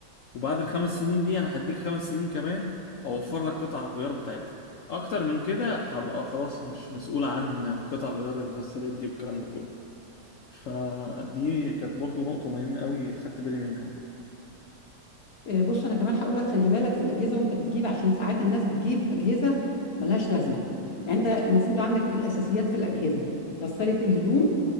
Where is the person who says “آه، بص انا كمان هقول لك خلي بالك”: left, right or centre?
Left